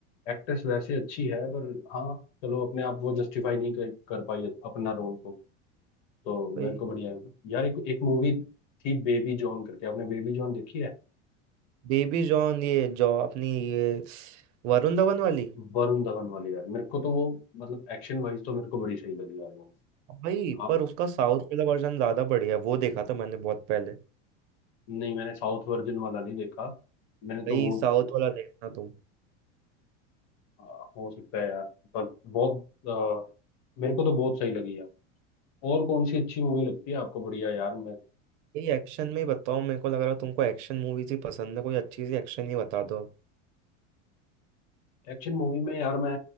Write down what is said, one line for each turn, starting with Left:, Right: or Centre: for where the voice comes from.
Left: एक्ट्रेस वैसे अच्छी है पर हाँ चलो अपने आप वो जस्टिफाई नहीं कर, कर पाई अपना रोल को तो
Right: भाई
Left: मेरे को बढ़िया है यार एक एक मूवी थी बेबी जॉन करके आपने बेबी जॉन देखी है
Right: बेबी जॉन ये जॉ अपनी ये वरुण धवन वाली
Left: वरुण धवन वाली यार मेरे को तो वो मतलब एक्शन वाइज तो मेरे को बड़ी सही लगी यार वो
Right: भाई
Left: हाँ
Right: पर उसका साउथ वाला वर्जन ज्यादा बढ़िया है वो देखा था मैंने बहुत पहले
Left: नहीं मैंने साउथ वर्जन वाला नहीं देखा मैंने तो
Right: भाई
Left: वो
Right: साउथ वाला देखना तुम
Left: हाँ, हो सकता है यार पर बहुत अ, मेरे को तो बहुत सही लगी यार और कौन सी अच्छी मूवी लगती है आपको बढ़िया यार मैं
Right: भाई एक्शन में ही बताओ मेरे को लग रहा है तुमको एक्शन मूवीज ही पसंद है कोई अच्छी सी एक्शन ही बता दो
Left: एक्शन मूवी में यार मैं